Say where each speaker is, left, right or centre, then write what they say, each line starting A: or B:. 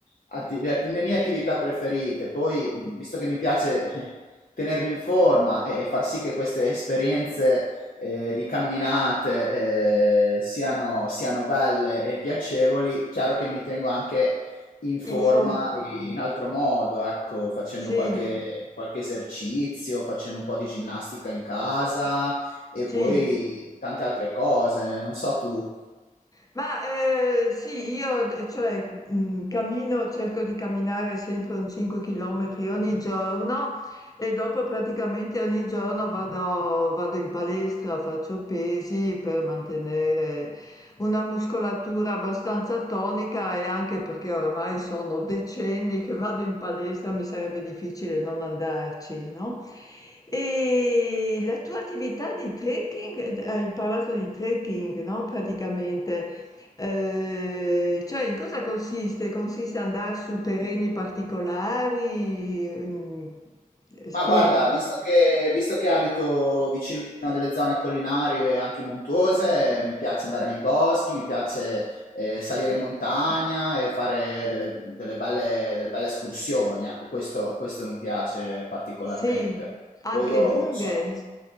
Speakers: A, on the left; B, on the left.
A: atti- le, le mie attività preferite. Poi, visto che mi piace <laughs> eh, tenermi in forma e far sì che queste esperienze eh, di camminate eh, siano, siano belle e piacevoli, chiaro che mi tengo anche in forma
B: In forma.
A: e in altro modo, ecco, facendo
B: Sì,
A: qualche, qualche esercizio, facendo un po' di ginnastica in casa e
B: sì.
A: poi tante altre cose, non so tu.
B: Ma eh, sì, io d- cioè, mh, cammino, cerco di camminare sempre un 5 km ogni giorno E dopo praticamente ogni giorno vado vado in palestra, faccio pesi per mantenere una muscolatura abbastanza tonica e anche perché oramai sono decenni che vado in palestra, mi sarebbe difficile non andarci, no. E la tua attività di trekking, d hai parlato di trekking, no, praticamente, ehm, cioè in cosa consiste? Consiste andar su terreni particolari? Mhmm Ehm, spiegami.
A: Ma guarda, visto che, visto che abito vicino a delle zone collinari e anche montuose, mi piace andare nei boschi, mi piace eh, salire in montagna e fare delle, delle belle, delle belle escursioni, ecco, questo, questo mi piace particolarmente.
B: Sì, anche
A: Poi io
B: lunghe?
A: sono...